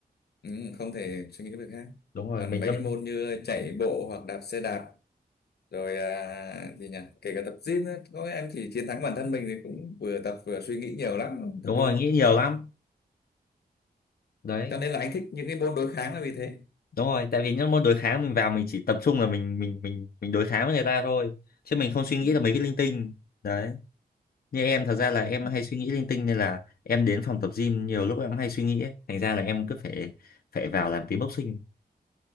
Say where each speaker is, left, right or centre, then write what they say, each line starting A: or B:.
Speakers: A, on the left; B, on the left.
A: ừ, không thể suy nghĩ việc khác
B: đúng rồi
A: còn
B: mình
A: mấy
B: lâm
A: cái môn như chạy bộ hoặc đạp xe đạp rồi à, gì nhỉ kể cả tập gym ấy, có em chỉ chiến thắng bản thân mình thì cũng vừa tập vừa suy nghĩ nhiều lắm
B: đúng
A: tập trung
B: rồi nghĩ nhiều lắm đấy
A: cho nên là anh thích những cái môn đối kháng là vì thế
B: đúng rồi tại vì những môn đối kháng mình vào mình chỉ tập trung là mình mình mình mình đối kháng với người ta thôi chứ mình không suy nghĩ
A: Ừ.
B: là mấy cái linh tinh đấy như em thật ra là em
A: Đó.
B: hay suy nghĩ linh tinh nên là em đến phòng tập gym nhiều lúc em hay suy nghĩ ấy. thành ra là em cứ phải phải vào làm tí boxing